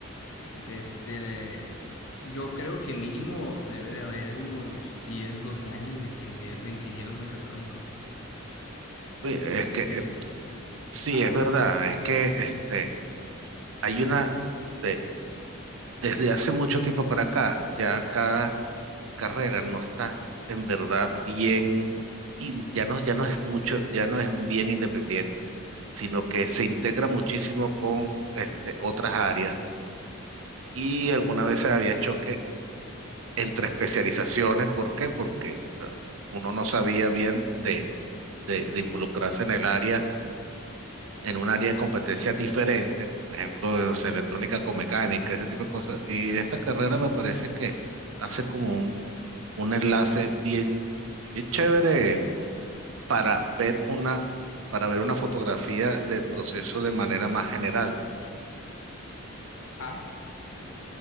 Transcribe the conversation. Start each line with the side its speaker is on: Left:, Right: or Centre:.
Left: de este, yo creo que mínimo debe de haber unos 10 12 años de ingeniero- de ingenieros mecatrónicos.
Right: Uy, es que
Left: De,
Right: em,
Left: es-
Right: sí,
Left: ajá,
Right: es verdad. Es que este, hay una, de- desde hace mucho tiempo para acá, ya cada carrera no está en verdad bien, y ya no, ya no es mucho, ya no es bien independiente, sino que se integra muchísimo con este, otras áreas. Y alguna vez había choque entre especializaciones. ¿Por qué? Porque eh, uno no sabía bien de, de, de involucrarse en el área, en un área de competencias diferente, por ejemplo, no sé, electrónica con mecánica, ese tipo de cosas. Y esta carrera me parece que hace como un un enlace bien, bien chévere para ver una, para ver una fotografía del proceso de manera más general.
Left: ajá,